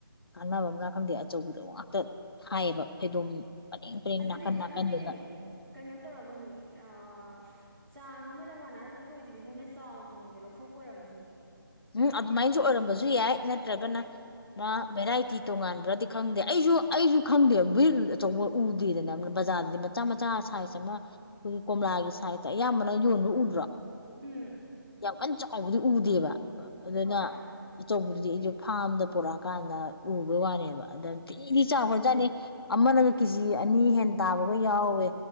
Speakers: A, on the left (about 80°); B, on the right (about 75°).
A: ꯀꯥꯟꯅꯕ ꯑꯃ ꯈꯪꯗꯦ ꯑꯆꯧꯕꯗꯣ ꯉꯥꯛꯇ ꯊꯥꯏꯌꯦꯕ ꯐꯩꯗꯣꯝ ꯄꯔꯦꯡ ꯄꯔꯦꯡ
B: ꯑꯗꯨꯗꯤ
A: ꯅꯥꯀꯟ ꯅꯥꯀꯟꯗꯨꯗ
B: ꯑꯗꯨꯗꯤ ꯀꯩꯅꯣ ꯇꯧꯔꯝꯅꯤ ꯑ ꯑ ꯆꯥꯡ ꯑꯃꯗ ꯃꯥꯟꯅꯔ ꯂꯧꯊꯣꯛꯏꯗꯨꯗꯤ ꯃꯣꯏꯅ ꯆꯥꯎꯗ꯭ꯔꯤꯉꯩꯗ ꯂꯧꯊꯣꯛꯄ ꯑꯣꯏꯔꯝꯃꯅꯤ
A: ꯎꯝ ꯑꯗꯨꯃꯥꯏꯅꯁꯨ ꯑꯣꯏꯔꯝꯕꯁꯨ ꯨ ꯌꯥꯏ ꯅꯠꯇ꯭ꯔꯒꯅ ꯃꯥ ꯚꯦꯔꯥꯏꯇꯤ ꯇꯣꯉꯥꯟꯕ꯭ꯔꯗꯤ ꯈꯪꯗꯦ ꯑꯩꯁꯨ ꯑꯩꯁꯨ ꯈꯪꯗꯦꯕ ꯕꯨ ꯑꯆꯧꯕ ꯎꯗꯦꯗꯅꯅ ꯕꯖꯥꯔꯗꯗꯤ ꯃꯆꯥ ꯃꯆꯥ ꯁꯥꯏꯖ ꯑꯃ ꯑꯩꯈꯣꯏꯒꯤ ꯀꯣꯝꯂꯥꯒꯤ ꯁꯥꯏꯖꯇ ꯑꯌꯥꯝꯕꯅ ꯌꯣꯟꯕ ꯎꯗ꯭ꯔꯣ
B: ꯎꯝ
A: ꯌꯥꯝ ꯀꯟꯅ ꯆꯥꯎꯕꯗꯤ ꯎꯗꯦꯕ ꯑꯗꯨꯅ
B: ꯍꯣꯏ
A: ꯑꯆꯧꯕꯗꯨꯗꯤ ꯑꯩꯁꯨ ꯐꯥꯝꯗ ꯄꯣꯔꯛꯑꯀꯥꯟꯗ ꯎꯕꯩ ꯋꯥꯅꯦꯕ ꯑꯗ ꯊꯤꯗꯤ
B: ꯎꯝ
A: ꯆꯥꯎꯒꯔꯖꯥꯠꯅꯤ ꯑꯃꯅꯒ ꯀꯦꯖꯤ ꯑꯅꯤ ꯍꯦ ꯇꯥꯕꯒ ꯌꯥꯎꯋꯦ